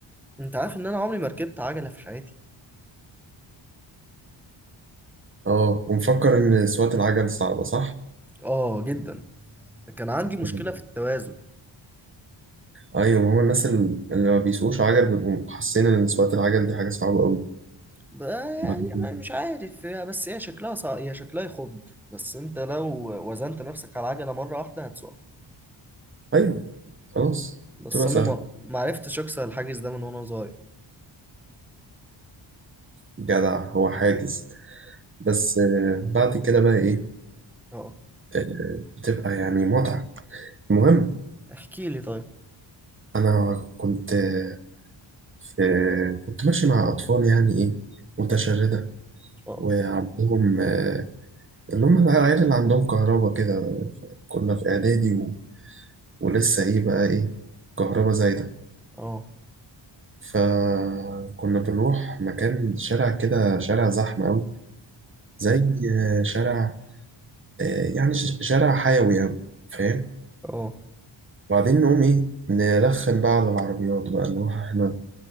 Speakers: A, in the centre; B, on the right.
A: انت عارف ان انا عمري ما ركبت عجلة في حياتي
B: اه ومفكر ان سواقه العجل صعبه صح
A: اه جدا كان عندي مشكلة
B: مم.
A: في التوازن
B: ايوه هو الناس ال- اللي ما بيسوقوش عجل بيبقوا حاسين ان سواقه العجل دي حاجه صعبه قوي
A: ب-
B: بعد
A: يعني أنا
B: كده.
A: مش عارف بس هي شكلها صع... هي شكلها يخض بس انت لو وزنت نفسك على العجلة مرة واحدة هتسوق
B: ايوه خلاص
A: بس
B: تبقى
A: انا
B: سهل
A: ما ما عرفتش اكسر الحاجز ده من وانا صغير
B: جدع هو حاجز بس آه، بعد كده بقى ايه
A: اه
B: آه، بتبقى يعني متعة المهم
A: احكي لي طيب
B: انا كنت آه، في كنت ماشي مع اطفال يعني ايه متشردة
A: اه
B: وعندهم آه، اللي هم العيال اللي عندهم كهربا كده كنا في اعدادي و... ولسه ايه بقى ايه كهربا زايدة
A: اه
B: فكنا بنروح مكان شارع كده شارع زحمة أوي زي آه، شارع آه، يعني ش- شارع حيوي أوي فاهم
A: اه
B: وبعدين نقوم ايه نرخم بقى على العربيات بقى نروح احنا